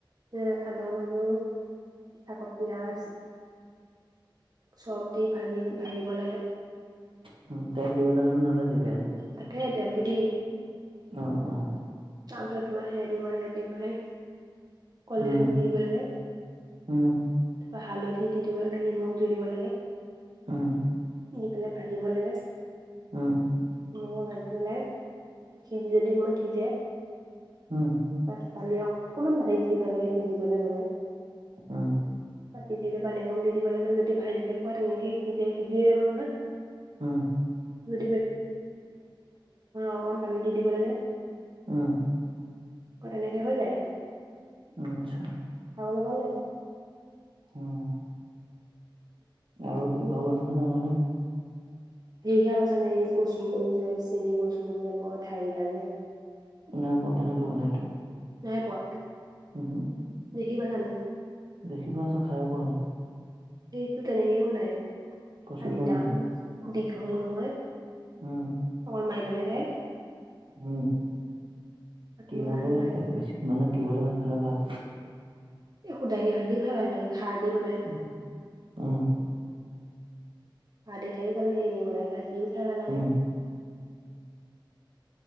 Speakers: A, on the right; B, on the right.
A: এ আদা, নহৰু আকৌ পিয়াজ চব দি ভাজিম ভাজিব লাগে।
B: হু, তেল দিবলে দেখোন নালাগে কেৰাহীত
A: তাকে তেলটো দি
B: অ', অ',
A: তাৰপিছত তোমাৰ সেয়া দিব লাগে দি পেলাই কলডিল
B: উম,
A: খিনি দি দিব লাগে।
B: উম,
A: তাৰপা হালধি দি দিব লাগে নিমখ দি দিব লাগে।
B: উম,
A: দি পেলাই ভাজিব লাগে।
B: উম,
A: নেমু ভাজিপেলাই সিজে যদিও <unintelligible> সিজে
B: উম,
A: অ, পানী অক্কমান ঢালি দিব লাগে সিজিবলে মানে।
B: উম,
A: বা সিজিকে পানী অকণ দি দিব লাগে যদি ভালকে খোৱা তেনেকে সিজে সিজিয়ে যাব নহয়।
B: উম,
A: <unintelligible> অকমান পানী দি দিব লাগে।
B: উম,
A: অ, তেনেকে হৈ যায়।
B: অ, আচ্ছা।
A: খাবলৈ ভাল লাগে।
B: উম, আৰু কি
A: উম
B: খোৱা বনাব জানা নে?
A: এইঘিয়া বাচা নাই এই কচু যে চেনি কচু বুলি যে কয় ঠাৰিডাল যে
B: নাই পোৱা কেনেকে বনাই এইটো?
A: নাই পোৱা।
B: উহু
A: দেখিবা জানে
B: দেখি পাইছোঁ খায়ে পোৱা নাই।
A: এইটো তেনেকেই বনাই
B: কচুথোৰ
A: আন্দা
B: নিচিনা
A: উম, দীঘল নহয়
B: উম,
A: পল <unintelligible>
B: উম,
A: আৰু তোমাৰ
B: কিহৰ লগত
A: সেই মাৰি
B: খায় বেছি মানে কিহৰ লগত খালে ভাল?
A: এ সোধাইকে ভাজিও খাই ভাল লাগে খাৰ দি বনাই।
B: উম, উম,
A: ভাদি খায়ো ভাল লাগে এনেই ভাজিও খাই ভাল লাগে।
B: উম,